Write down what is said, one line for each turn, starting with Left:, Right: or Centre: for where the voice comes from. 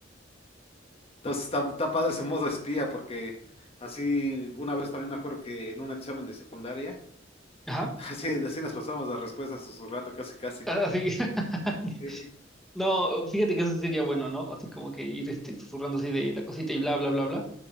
Left: Entonces está, está padre ese modo espía porque así una vez también me acuerdo que en un examen de secundaria,
Centre: Ajá.
Left: <laughs> así, así nos pasamos las respuestas susurrando casi casi.
Centre: ah, Así. <laughs>
Left: Eh,
Centre: No, fíjate que eso sí sería bueno, ¿no? Así como que ir este, susurrando así de la cosita y bla, bla, bla, bla.